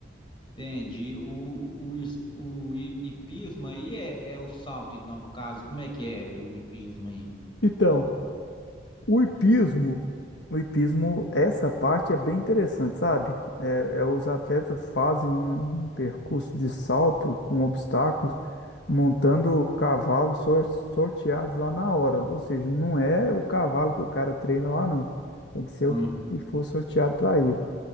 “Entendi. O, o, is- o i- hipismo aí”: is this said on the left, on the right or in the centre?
Left